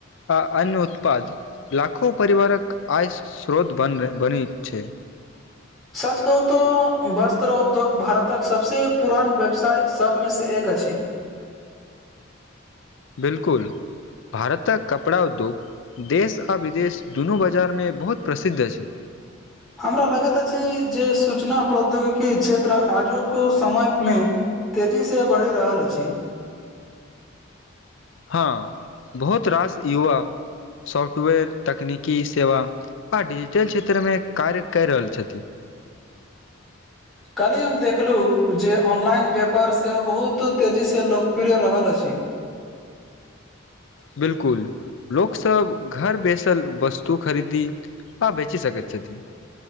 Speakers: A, on the left; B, in the centre.
A: आ अन्न उत्पाद लाखो परिवारक आय स्रोत बन बनै छै
B: सच कहू तो वस्त्र उद्योग भारतक सबसे पुरान व्यवसाय सबमे से एक अछि
A: बिलकुल भारतक कपड़ा उद्योग देश आ विदेश दुनू बजारमे बहुत प्रसिद्ध अछि
B: हमरा लगैत अछि जे सूचना प्रौद्योगिकी क्षेत्र आजुक समय मे तेजी से बढ़ि रहल अछि
A: हँ बहुत रास युवा सॉफ्टवेयर तकनीकी सेवा आ डिजिटल क्षेत्रमे कार्य कै रहल छथिन ह <inaudible>
B: काल्हि हम देखलहुँ जे ऑनलाइन व्यापार सेहो बहुत तेजीसे लोकप्रिय रहल अछि
A: बिलकुल लोकसब घर बैसल वस्तु खरीदी हँ बेची सकैत छथि